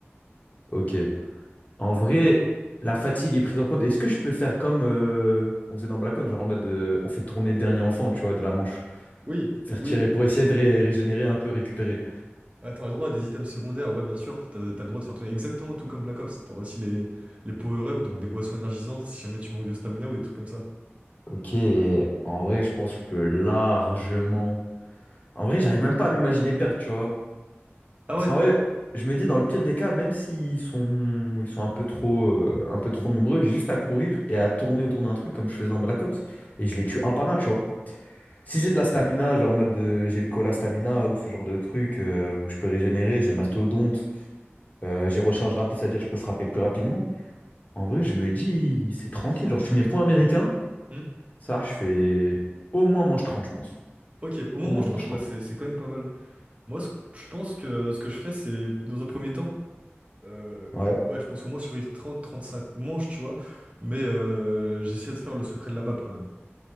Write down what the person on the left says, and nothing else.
ok. En vrai, la fatigue est prise en compte. Est-ce que je peux faire comme euh, on faisait dans Black Ops, genre en mode euh, on fait tourner le dernier enfant, tu vois, de la manche,
pour faire
tirer, pour essayer de ré- régénérer un peu, récupérer.
Ok, en vrai, je pense que je peux largement. En vrai, j'arrive même pas à m'imaginer perdre, tu vois.
Parce
qu'en vrai, je me dis dans le pire des cas, même s'ils sont, ils sont un peu trop, euh, un peu trop nombreux, j'ai juste à courir et à tourner autour d'un truc comme je faisais dans Black Ops et je les tue un par un, tu vois. Si j'ai de la stamina, genre en mode euh, j'ai le cola stamina ou ce genre de truc euh, où je peux régénérer, j'ai mastodonte, euh, j'ai recharge rapide, c'est-à-dire que je peux frapper plus rapidement. En vrai, je me dis, c'est tranquille. Genre, je suis mes points américains,
ça, je fais au moins manche trente, je pense.
Au moins
manche
30.
Ouais.